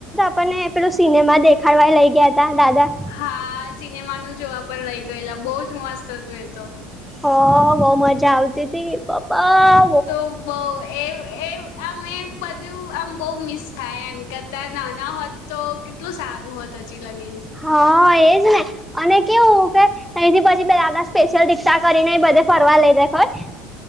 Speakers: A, in the centre; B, on the left (about 75°).
A: પન એ પેલુ સિનેમા દેખાડવા એ લઈ ગયા તા દાદા
B: હા સિનેમા નું જોવા પણ લઈ ગયેલા બહુ જ મસ્ત હતું એ તો
A: હ બઉ મજા આવતી હતી બાપા
B: તો બહું એઉ એઉ એમ એ બધું આમ બહુ મિસ થાય એમ કે અત્યારે નાના હોત તો કેટલું સારું હુવે ત્યાં લગી
A: હા એજ ને અને કેવું કે તઈથી પછી પેલા સ્પેશિયલ રિક્ષા કરીને બધે ફરવા લઈ જાય ખબર